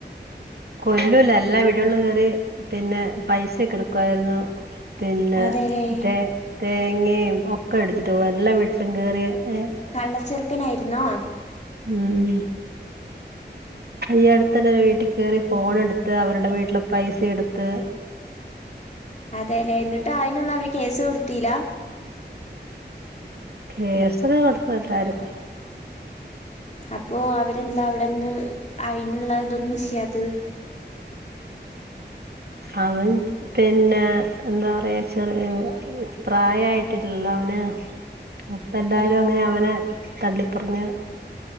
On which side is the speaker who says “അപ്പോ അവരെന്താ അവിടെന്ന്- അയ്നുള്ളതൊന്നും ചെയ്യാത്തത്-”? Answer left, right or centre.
Left